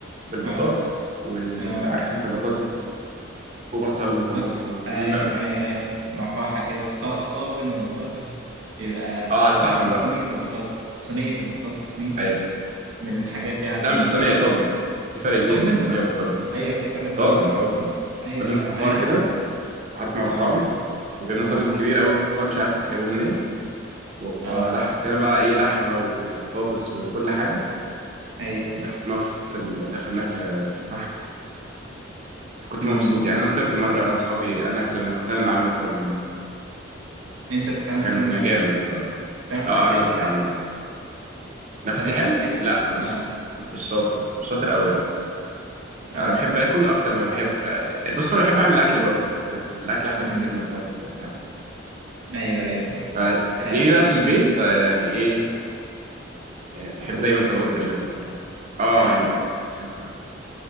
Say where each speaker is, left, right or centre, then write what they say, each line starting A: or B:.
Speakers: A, on the right (about 40°); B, on the right (about 80°).
A: بالبطاطس
B: اه
A: وال
B: اه
A: عارف انت بطاطس وبصل
B: البطاطس
A: وطماطم وكل
B: ايوه ايوه ايوه محوحة كده طا- طاجن البطاطس يبقى
A: اه على
B: او
A: الفحم
B: أو صينية
A: بقى
B: البطاطس صينية البطاطس دي
A: أيوة.
B: من الحاجات يعني
A: لا مش صينيه طاجن في فرق كبير
B: طاجن
A: بين الصينيه والطاجن خد
B: ايوه
A: بالك
B: في فرق كبير
A: طاجن
B: طبعا
A: طاجن
B: ف... ايوه
A: طاجن
B: لا
A: فخار
B: فاهم
A: كده قعدت مع اصحابي
B: اه
A: وجبنا
B: اه
A: طاجن كبير قوي فخار مش عارف جابوه منين وراح
B: اه
A: حطينا بقى ايه لحمه وبطاطس وكل حاجه
B: ايوه ايوه
A: وحطيناه في ال... دفناه في في فحم كنت
B: امم
A: مبسوط يعني انا فطرت مره انا واصحابي انا اكل انا كنت انا اللي عامل الطاجن ده
B: انت بتتعمل
A: فكان
B: طاجن بنفسك
A: جامد بصراحه
B: تنفسك
A: اه
B: حلو
A: انا اللي كنت
B: في الاكل
A: عامله يعني نفسي
B: تنفسك
A: حلو
B: حلو
A: لا مش
B: اه
A: مش شاطر لا مش شاطر قوي لا
B: اه
A: انا بحب اكل اكتر ما بحب آه، بص انا بحب اعمل الاكل برضو بس الاكل احلى
B: امم
A: بكتير انك تقعد تتعب
B: ايوه ايوه ايوه
A: ف-
B: آه.
A: فتلاقيني بقى في البيت آه، يعني ايه
B: أيوة.
A: آه، بحب
B: بتفرق
A: دايما طلبات غريبه في الاكل اه
B: ايوه
A: يعني مش ينفع انا